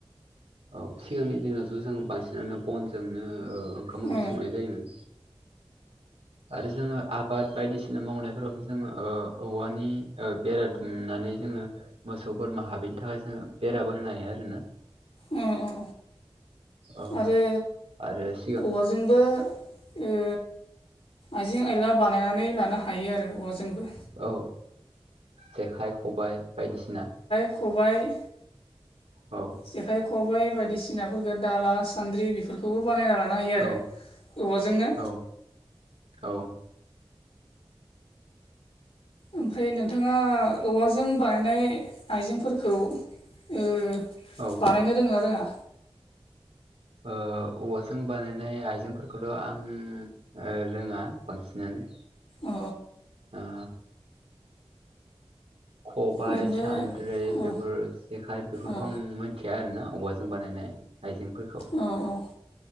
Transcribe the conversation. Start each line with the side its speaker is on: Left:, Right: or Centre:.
Right: औ सिगांनि दिनावथ' जों बांसिनानो बनजोंनो ओखाम ओंख्रि
Left: औ
Right: संनाय जायोमोन आरो जोङो आबाद बायदिसिना मावनायफोराव जोङो औवानि ओ बेरा दुमनानै जोङो मोसौ बोरमा हाबैनि थाखाय जो बेराबो होनो हायो आरो ना?
Left: अ औ
Right: औ
Left: आरो
Right: आरो सिगां
Left: औ। जोंबो ओ आइजें आइला बानायनानै लानो हायो आरो औवाजोंबो
Right: औ जेखाइ खबाइ बायदिसिना
Left: खबाय
Right: औ।
Left: जेखाइ खबाइ बायदिसिनाफोरफोरखौ दाला सान्द्रि बेफोरखौ बेखौबो बानायना लानो हायो आरो
Right: औ
Left: औवाजोंनो
Right: औ औ।
Left: ओमफ्राय नोंथाङा औवाजों बानायनाय आइजेंफोरखौ ओ
Right: औ
Left: बानायनो रोङो ना रोङा?
Right: ओ औवाजों बानायनाय आइजेंफोरखौथ' आं रोङा बांसिनानो
Left: औ
Right: आ खबाइ
Left: ओरैनो
Right: सान्द्रि
Left: औ
Right: बेफोर जेखाइ बेफोरखौ
Left: औ
Right: आं मिथिया आरोना औवाजों बानायनाय आइजेंफोरखौ।
Left: अ अ